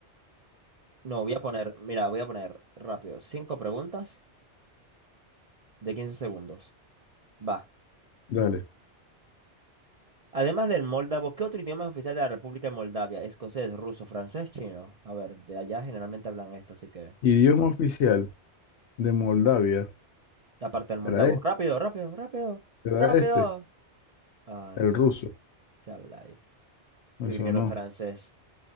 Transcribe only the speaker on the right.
No, voy a poner, mira, voy a poner rápido, 5 preguntas de 15 segundos. Va.
Además del moldavo, ¿qué otro idioma es oficial de la República de Moldavia? Escocés, ruso, francés, chino. A ver, de allá generalmente hablan esto, así que...
Aparte del moldavo.
Rápido, rápido, rápido,
rápido.
Ah,
el ruso.
¿Qué habla ahí?
Yo creo que era
el francés.